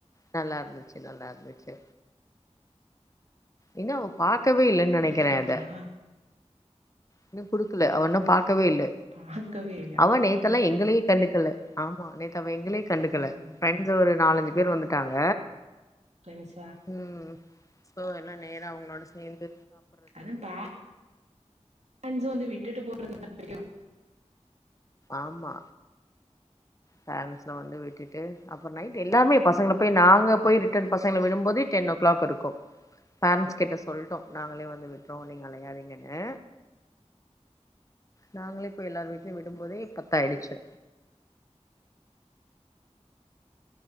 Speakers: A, on the left; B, on the right.
A: நல்லா இருந்துச்சு நல்லா இருந்துச்சு என்ன ஓ பா க்கவே இல்லைன்னு
B: குடுத்துட்டீங்களா
A: நினைக்கிறேன் அத இன்னும் குடுக்கல அவ இன்னும் பாக் கவே இல்ல
B: பாக்கவே இல்லையா
A: அவ நேத்தெல்லா
B: ம்
A: எங்களயே கண்டுக்கல்ல ஆமா நேத்தவங் ங்களையே கண்டுக்கல
B: ம்
A: பிரண்ட்ஸ் ஒரு நாலஞ்சு
B: ஓ
A: பேர் வந்துட்டாங்க
B: ஃப்ரெண்ட்ஸா
A: ம் சோ என்ன அவங்களோட சேர்ந்து
B: அது தா அஞ்சுடு வீட் விட்டுட்டு <inaudible>
A: ஆமா பேரன்ஸ்ல வந்து விட்டுட்டு அப்புறம் நைட் எல்லாருமே பசங்களை போய் நாங்க போய் ரிட்டர்ன் பசங்களை விடும்போதே டென் ஓ கிளாக் இருக்கும் பேரன்ஸ் கிட்ட சொல்லிட்டோம் நாங்களயே வந்து விட்டுறோம் நீங்க அலையாதீங்கன்னு நாங்களே போய் எல்லாரும் வீட்லயும் விடும்போதே பத்த ஆயிடுச்சு